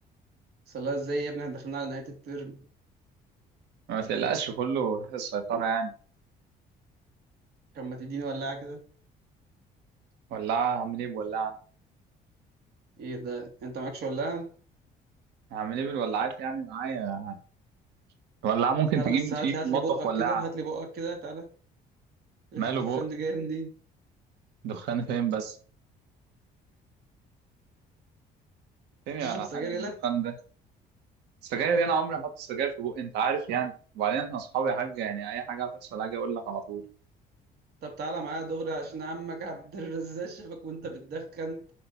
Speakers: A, on the right; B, on the right.
A: صلاة ازاي يا ابني احنا داخلين على نهاية الترم
B: ما تقلقش كله في السيطرة يعني
A: كان ما تديني ولاعة كده
B: ولاعة هعمل إيه بولاعة
A: ايه ده انت معكش ولاعة
B: هعمل إيه بالولاعات يعني معايا ولاعة ممكن
A: تعالى
B: تجيب
A: بس هات
B: في
A: لي هات
B: المطبخ
A: لي بقك
B: ولاعة
A: كده هات لي بقك كده تعالى ريحة
B: ماله
A: الدخان
B: بقي
A: دي جاية منين
B: دخان فين بس فين
A: أنت بتشرب
B: يا
A: سجاير
B: حاج
A: يالا
B: الدخان ده سجاير أنا عمري ما أحط سجاير في بقي أنت عارف يعني وبعدين إحنا أصحابي يا حاج يعني أي حاجة هتحصل هاجي أقول لك على طول
A: طب تعالى معايا دغري عشان عمك عبد الرزاق شافك وانت بتدخن